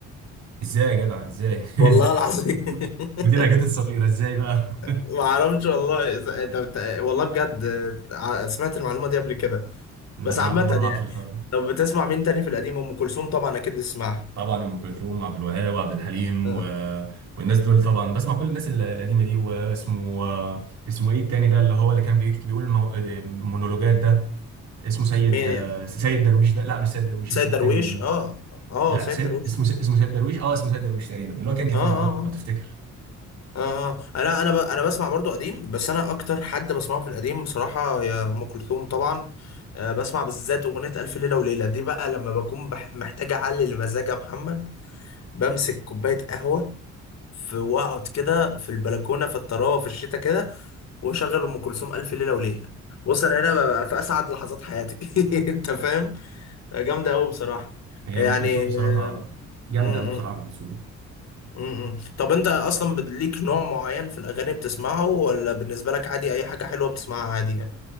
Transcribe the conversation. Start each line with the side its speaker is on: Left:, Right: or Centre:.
Right: إزاي يا جدع إزاي <laughs>
Left: والله
Right: إزاي
Left: العظيم
Right: تسمع مين؟
Left: <laughs>
Right: ودينا جت الصغيرة إزاي بقى؟
Left: ما اعرفش والله إذا- انت بت... والله بجد آه، سمعت المعلومه دي قبل كده
Right: <laughs> لا
Left: بس عامة
Right: أنا أول مرة أعرف
Left: يعني
Right: الحوار ده
Left: طب بتسمع مين تاني في القديم ام كلثوم طبعا اكيد بتسمعها
Right: طبعا ام كلثوم وعبد الوهاب وعبد الحليم
Left: آه.
Right: و... والناس دول طبعا بسمع كل الناس ال- القديمه دي واسمه اسمه ايه التاني ده اللي هو اللي كان بيكتب بيقول مو... مونولوجات ده اسمه سيد
Left: مين
Right: سيد درويش ده لا مش سيد درويش
Left: سيد
Right: اسمه
Left: درويش
Right: التاني
Left: اه اه
Right: لا
Left: سيد
Right: سيد
Left: درويش
Right: اسمه
Left: اه
Right: اسمه سيد درويش اه اسمه سيد درويش تقريبا اللي هو كان كفيف
Left: اه اه
Right: ده لو تفتكر
Left: اه اه انا انا ب... انا بسمع برضو قديم بس انا اكتر حد بسمعه في القديم بصراحة هي ام كلثوم طبعا آه بسمع بالذات اغنية الف ليلة وليلة دي بقى لما بكون بح... محتاج اعلي المزاج يا محمد بمسك كوباية قهوة في واقعد كده في البلكونه في الطراوه في الشتاء كده واشغل ام كلثوم الف ليله وليله بص انا هنا ببقى في اسعد لحظات حياتي <laughs> انت فاهم جامده قوي بصراحه
Right: هي
Left: يعني
Right: ام كلثوم بصراحه
Left: آه،
Right: جامده
Left: م-
Right: قوي بصراحه
Left: م-
Right: ام كلثوم
Left: م- م. طب انت اصلا بت- ليك نوع معين في الاغاني بتسمعه ولا بالنسبه لك عادي اي حاجه حلوه بتسمعها عادي يعني